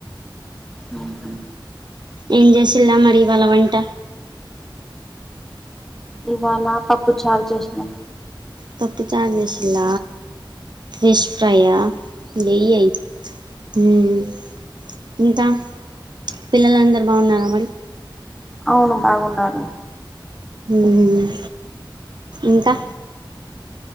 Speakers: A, in the centre; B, on the right (about 60°).
A: ఆహా
B: ఏం జేసిల్లా మరి ఇవాల వంట
A: ఇవాళ పప్పుచారు చేసినా
B: పప్పుచార్ జేసిల్ల ఫిష్ ఫ్రై ఆ లేయ్ అయ్ మ్ ఇంకా పిల్లలందరూ బావున్నారా మరి
A: అవును బాగున్నారు
B: మ్ ఇంకా